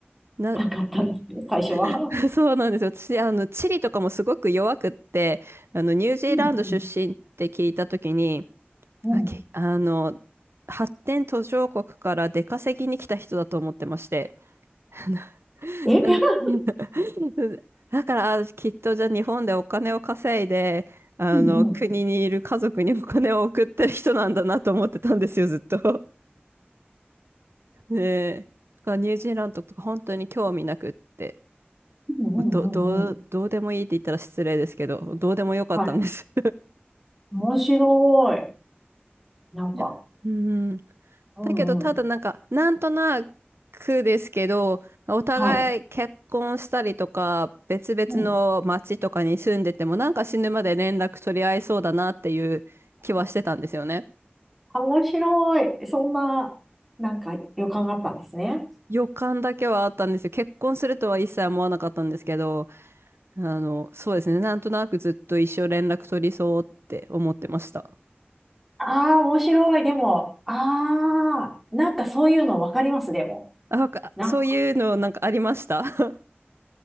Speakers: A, on the right; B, in the centre.
A: な、
B: なかったんですね、最初は。
A: <laughs> そうなんですよ。私、あの、地理とかもすごく弱くって、あの、ニュージーランド出身って聞いたときに、
B: うんうんうん。
A: あ、け、あの、発展途上国から出稼ぎに来た人だと思ってまして。<laughs>
B: え
A: なな <laughs> だから、あきっとじゃあ日本でお金を稼いで、あの、
B: うん
A: 国にいる家族にお金を送ってる人なんだなと思ってたんですよ、ずっと。ねえ。だからニュージーランドとか本当に興味なくって、
B: <laughs> うんうんうんうん。
A: ど、どう、どうでもいいって言ったら失礼ですけど、どうでもよかったんです。
B: はい。面白い。なんか、
A: いやうん
B: うんうん。
A: だけど、ただなんか、なんとなくですけど、お互い結婚したりとか、
B: はい。
A: 別々の町とかに住んでても、
B: うん。
A: なんか死ぬまで連絡取り合いそうだなっていう気はしてたんですよね。
B: あ面白い。そんな、なんか予感があったんですね。
A: 予感だけはあったんですよ。結婚するとは一切思わなかったんですけど、あの、そうですね。なんとなくずっと一生連絡取りそうって思ってました。
B: ああ、面白い。でも、ああ、なんかそういうのわかります、でも。
A: あ、なんかそういうのなんかありました
B: なんか、
A: <laughs>